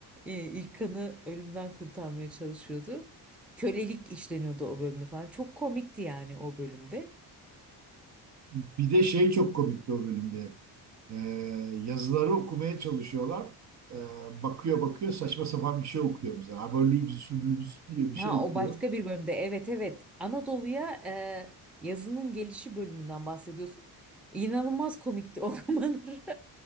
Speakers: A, in the centre; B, on the right.
A: E, İlkan'ı ölümden kurtarmaya çalışıyordu. Kölelik işleniyordu o bölümde falan. Çok komikti yani o bölümde.
B: Bir de şey çok komikti o bölümde. Ee, yazıları okumaya çalışıyorlar. Ee, bakıyor bakıyor saçma sapan bir şey okuyor mesela. Abolübüs lübüs diye bir
A: Ha,
B: şey okuyor.
A: o başka bir bölümde. Evet evet. Anadolu'ya e, yazının gelişi bölümünden bahsediyorsun. İnanılmaz komikti okumaları.